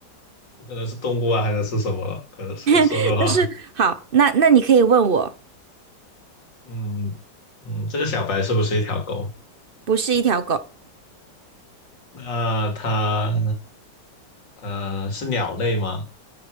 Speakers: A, on the left; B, on the right.
A: 这可能是动物啊，还能是什么？可能可说的话，
B: <laughs> 但是好，那那你可以问我，
A: 嗯嗯，这个小白是不是一条狗？
B: 不是一条狗，
A: 那它呃是鸟类吗？